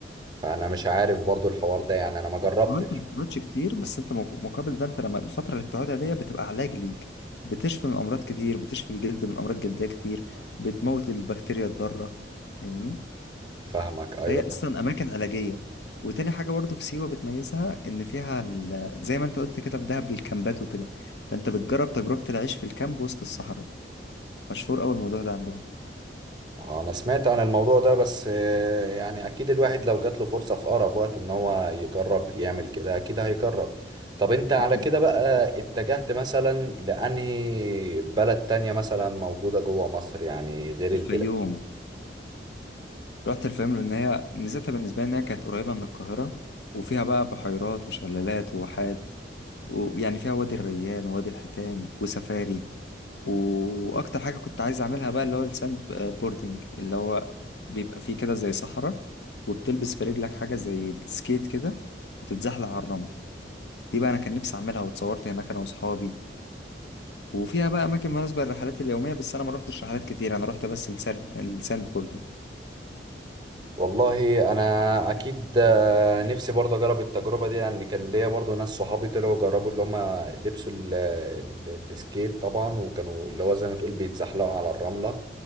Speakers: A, on the right (about 25°); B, on the left (about 75°).
A: فانا مش عارف برضو الحوار ده يعني انا ما جربتش
B: ما انت ما بتقعدش كتير بس انت مق- مقابل ده انت لما الفتره اللي بتقعدها دي بتبقى علاج ليك بتشفي من امراض كتير بتشفي الجلد من امراض جلديه كتير بتموت البكتيريا الضاره فاهمني
A: فاهمك ايوه
B: فهي اصلا اماكن علاجيه وتاني حاجه برضو في سيوه بتميزها ان فيها ال- زي ما انت قلت كده في دهب الكامبات وكده فانت بتجرب تجربه العيش في الكامب وسط الصحراء مشهور قوي الموضوع ده عندهم
A: آه، انا سمعت عن الموضوع ده بس آه، يعني اكيد الواحد لو جات له فرصة في اقرب وقت ان هو يجرب يعمل كده اكيد هيجرب طب انت على
B: اكيد
A: كده بقى اتجهت مثلا لانهي بلد تانية مثلا موجودة جوه مصر يعني غير
B: الفيوم
A: البلاد
B: رحت الفيوم لان هي ميزتها بالنسبه لي انها كانت قريبه من القاهره وفيها بقى بحيرات وشلالات وواحات ويعني فيها وادي الريان ووادي الحيتان وسفاري واكتر حاجه كنت عايز اعملها بقى اللي هو الساند بوردنج اللي هو بيبقى فيه كده زي صحراء وبتلبس في رجلك حاجه زي السكيت كده وتتزحلق على الرمل دي بقى انا كان نفسي اعملها واتصورت هناك انا واصحابي وفيها بقى اماكن مناسبه للرحلات اليوميه بس انا ما روحتش رحلات كتير انا روحت بس الساند الساند بوردنج
A: والله انا اكيد آه، نفسي برضه اجرب التجربه دي لان كان ليا برضه ناس صحابي طلعوا جربوا اللي هم لبسوا ال- ال- السكيت طبعا وكانوا اللي هو زي ما تقول بيتزحلقوا على الرمله